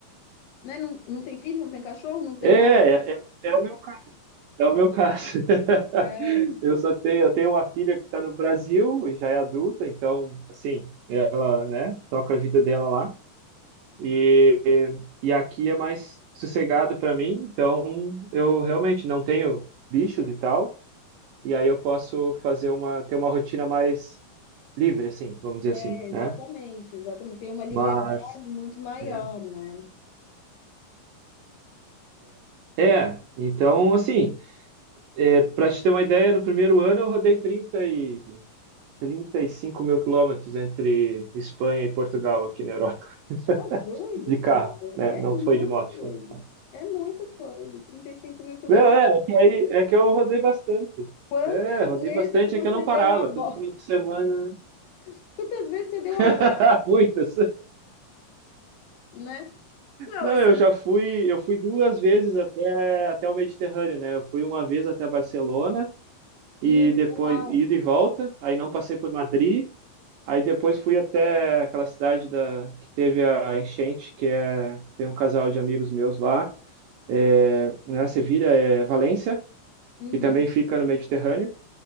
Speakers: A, on the left; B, on the right.
A: né? Não, não tem filho, não tem cachorro, não tem
B: É, é,
A: nada.
B: é, é o meu caso. É o meu caso. <laughs>
A: É, então.
B: Eu só tenho, eu tenho uma filha que está no Brasil e já é adulta, então, assim, ela, né, toca a vida dela lá. E, e aqui é mais sossegado para mim, então eu realmente não tenho bichos e tal, e aí eu posso fazer uma, ter uma rotina mais livre, assim, vamos dizer
A: É,
B: assim,
A: exatamente,
B: né?
A: exatamente. Tem uma liberdade
B: Mas,
A: muito maior,
B: é,
A: né?
B: é, é. Então, assim, é, para te ter uma ideia, no primeiro ano eu rodei trinta e trinta e cinco mil quilômetros entre Espanha e Portugal aqui na Europa,
A: Tá doido,
B: <laughs> de carro,
A: cara.
B: né?
A: É
B: Não
A: muita
B: foi de moto,
A: coisa.
B: foi. de-
A: É muita coisa. trinta e cinco mil quilômetros.
B: Não, é, é que aí é que eu rodei bastante.
A: Quantas
B: É, rodei
A: vezes
B: bastante,
A: você
B: é que eu não parava,
A: deu a volta?
B: todo final de semana,
A: <laughs> Quantas vezes você deu
B: <laughs>
A: a volta,
B: muitas.
A: né? Não,
B: Não,
A: assim.
B: eu já fui, eu fui duas vezes até até o Mediterrâneo, né? Eu fui uma vez até Barcelona e
A: Hum,
B: depois
A: legal.
B: ida e volta, aí não passei por Madrid, aí depois fui até aquela cidade da que teve a enchente, que é tem um casal de amigos meus lá. é, né, Sevilha é Valência,
A: Uhum.
B: que também fica no Mediterrâneo.